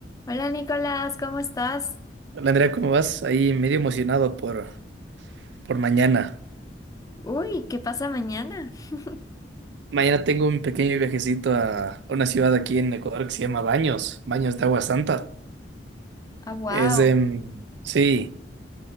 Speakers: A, on the left; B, on the right.
A: Hola Nicolás, ¿cómo estás?
B: Hola Andrea, ¿cómo vas? Ahí medio emocionado por, por mañana.
A: Uy, ¿qué pasa mañana? <laughs>
B: Mañana tengo un pequeño viajecito a una ciudad aquí en Ecuador que se llama Baños, Baños de Agua Santa.
A: Ah, wow.
B: Es, em, sí,